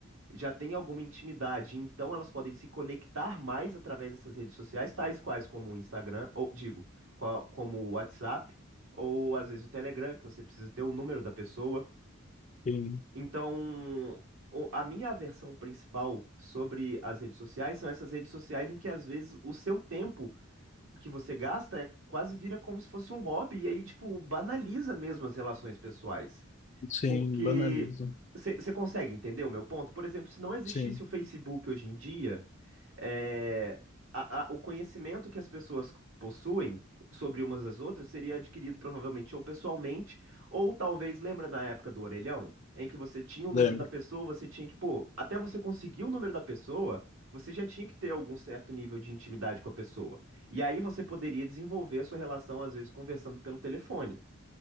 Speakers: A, on the right; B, on the left.
A: já têm alguma intimidade, então elas podem se conectar mais através dessas redes sociais, tais quais como o Instagram, ou digo, qua- como o WhatsApp, ou às vezes o Telegram, que você precisa ter o número da pessoa.
B: sim,
A: Então, o- a minha aversão principal sobre as redes sociais são essas redes sociais em que às vezes o seu tempo que você gasta é quase vira como se fosse um hobby e aí, tipo, banaliza mesmo as relações pessoais.
B: sim,
A: Porque
B: banaliza.
A: você consegue entender o meu ponto? Por exemplo, se não existisse
B: Sim,
A: o Facebook hoje em dia, é, a- a- o conhecimento que as pessoas possuem sobre umas das outras seria adquirido provavelmente ou pessoalmente, ou talvez, lembra da época do orelhão, em que você tinha o número
B: lembro,
A: da pessoa, você tinha que, pô, até você conseguir o número da pessoa, você já tinha que ter algum certo nível de intimidade com a pessoa. E aí você poderia desenvolver a sua relação, às vezes, conversando pelo telefone.